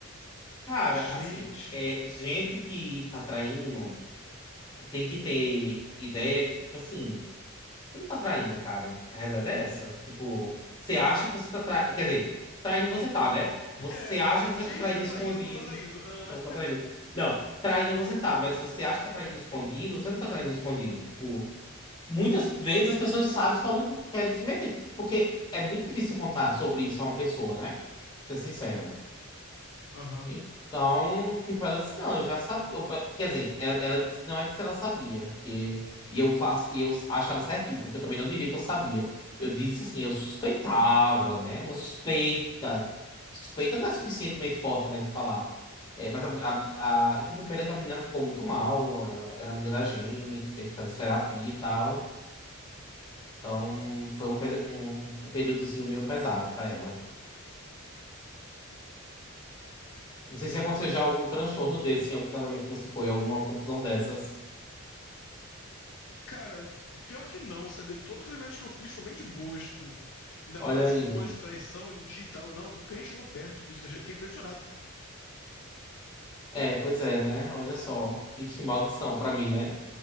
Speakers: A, on the left (about 20°); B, on the left (about 60°).
A: Cara,
B: Gente.
A: assim, é,
B: <laughs>
A: gente que tá traindo tem que ter ideia que, tipo assim. Você não tá traindo, cara. A realidade é essa. Tipo, você acha que você tá traindo. Quer dizer, traindo você tá, né? Você
B: É,
A: acha que você
B: gente
A: tá traindo
B: tá
A: escondido.
B: traindo, não tá traindo. Ah.
A: Não tá traindo. Não, traindo você tá, mas se você acha que tá traindo escondido, você não tá traindo escondido. Tipo, muitas vezes as pessoas sabem, só não querem se meter. Porque é muito difícil contar sobre isso a uma pessoa, né? Pra ser sincero.
B: Aham.
A: Então, tipo, ela disse, não, eu já sabia. Eu- eh, Quer dizer, ela, ela disse, não é que se ela sabia, que e eu faço, e eu acho ela certíssima, porque eu também não diria que eu sabia. Eu disse assim, eu suspeitava, né? Uma suspeita. Suspeita não é suficientemente forte, né, de falar. É, mas a, a- a- eu fico com pena que a menina ficou muito mal, eh, era amiga da gente, teve que fazer terapia e tal. Então, foi um, pe- um, um períodozinho meio pesado pra ela. Não sei se aconteceu já algum transtorno desse em algum casamento que você foi, alguma confusão dessas.
B: Cara, pior que não, sabia? Todos os eventos que eu fui foram bem de boas, tipo. Ainda
A: Olha
B: mais
A: aí.
B: que coisa de traição e no digital. Não, nunca nem chegou perto disso. Eu fiquei impressionado.
A: É, pois é, né? Olha só. Que <laughs> que maldição pra mim, né?